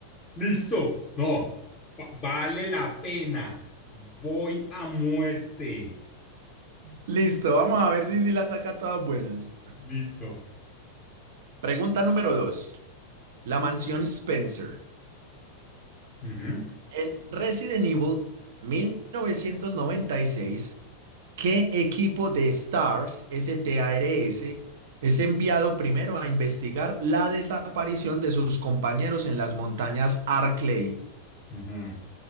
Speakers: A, on the left (about 20°); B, on the right (about 55°).
A: Listo. No, va- vale la pena. Voy a muerte.
B: Listo, vamos a ver si, si las saca todas buenas.
A: Listo.
B: Pregunta número dos. La mansión Spencer.
A: Ujú,
B: En Resident Evil 1996, ¿qué equipo de STARS, S-T-A-R-S, es enviado primero a investigar la desaparición de sus compañeros en las montañas Arklay?
A: ujú.